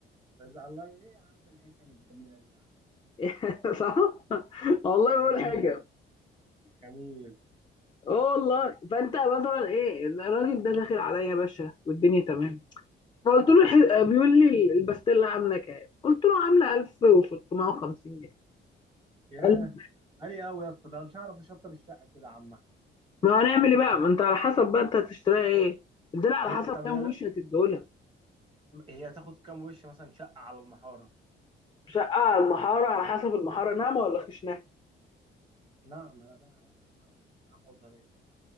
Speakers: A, on the right; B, on the left.
A: بس الله ايه يا عم الحكم الجميلة دي يا عم
B: <laughs> صح والله
A: آه
B: ما بقول
A: جميل
B: حاجه
A: يا عم جميل
B: اه والله فانت مثلا ايه الراجل ده داخل عليا يا باشا والدنيا تمام فقلت له الح- بيقول لي البستيلا عامله كام قلت له عامله 1650 جنيه
A: ياه
B: قال
A: غالي قوي يا اسطى ده أنا مش هعرف اشطب الشقة كده يا عم أحمد
B: ما هنعمل ايه بقى ما انت على حسب بقى انت هتشتريها ايه الدلع على
A: هي
B: حسب
A: طب
B: كام
A: هي
B: وش هتديهولها
A: هي تاخد كام وش مثلا شقة على المحارة
B: شقة على المحارة على حسب المحارة ناعمة ولا خشنة
A: نعمة لا بقى نعمة أوي نعمة وطرية